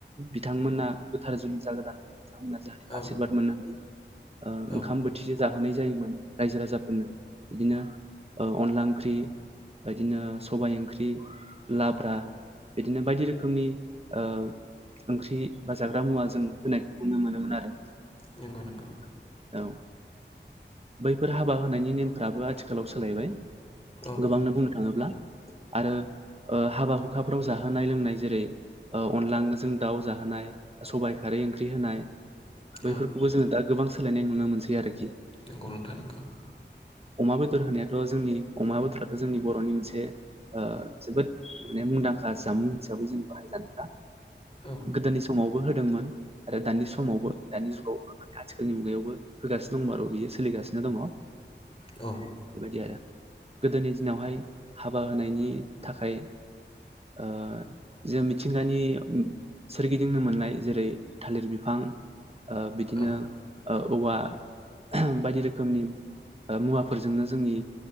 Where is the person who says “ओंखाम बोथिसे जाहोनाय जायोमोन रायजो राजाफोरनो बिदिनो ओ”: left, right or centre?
Right